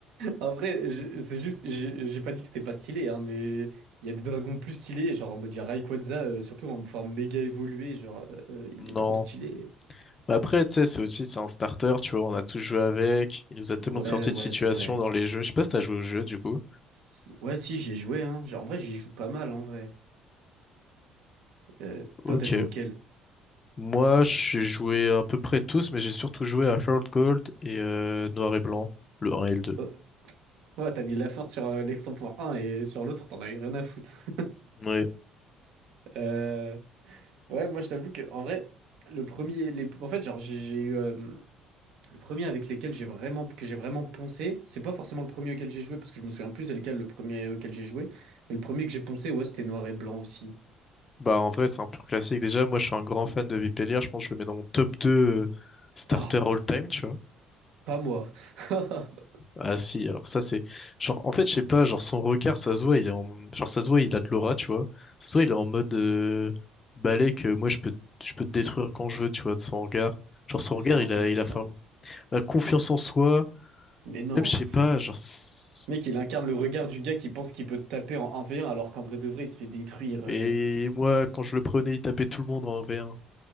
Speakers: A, on the right (about 80°); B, on the left (about 30°).
A: En vrai, je- c'est juste, j'ai j'ai pas dit que c'était pas stylé, hein, mais il y a des dragons plus stylés, genre en mode il y a Rayquaza, euh, surtout en forme méga évoluée, genre euh, euh, il est
B: Non.
A: trop stylé.
B: Mais Après, tu sais, c'est aussi, c'est un starter, tu vois, on a tous joué avec. Il nous a tellement
A: Ouais,
B: sorti
A: ouais,
B: de situations
A: c'est vrai.
B: dans les jeux. Je sais pas si t'as joué au jeu, du coup.
A: Si- Ouais, si, j'ai joué, hein. Genre, en vrai, j'y joue pas mal, en vrai. Euh,
B: Ok.
A: toi, t'as joué auquel?
B: Moi, j'ai joué à peu près tous, mais j'ai surtout joué à World Gold et euh, Noir et Blanc, le 1 et le 2.
A: Oh, ouais, t'as mis la force sur euh, l'ex-1.1 et sur l'autre, t'en as eu rien à foutre. <laughs>
B: Ouais. <laughs>
A: Euh, Ouais, moi, je t'avoue que, en vrai, le premier, les... en fait, genre, j'ai j'ai eu. euh, Le premier avec lesquels j'ai vraiment, que j'ai vraiment poncé, c'est pas forcément le premier auquel j'ai joué, parce que je me souviens plus c'est lequel le premier auquel j'ai joué, mais le premier que j'ai poncé, ouais, c'était noir et blanc aussi.
B: Bah, en vrai, c'est un pur classique. Déjà, moi, je suis un grand fan de Vipellier. Je pense que je le mets dans mon top 2 euh, starter
A: Oh,
B: all-time, tu vois.
A: pas moi. <laughs>
B: Ah si, alors ça c'est genre en fait je sais pas, genre son regard ça se voit, il est en genre ça se voit, il a de l'aura, tu vois. Ça se voit, il est en mode euh, balai que moi je peux je peux te détruire quand je veux, tu vois, de son regard. Genre son
A: Mais
B: regard,
A: c'est un,
B: il
A: vieux-
B: a il
A: c'est
B: a fait
A: un-
B: un- la confiance en soi,
A: Mais non.
B: même je sais pas, genre c'est-
A: Mec, il incarne le regard du gars qui pense qu'il peut te taper en un v 1 alors qu'en vrai de vrai, il se fait détruire. euh.
B: et moi quand je le prenais, il tapait tout le monde en V1.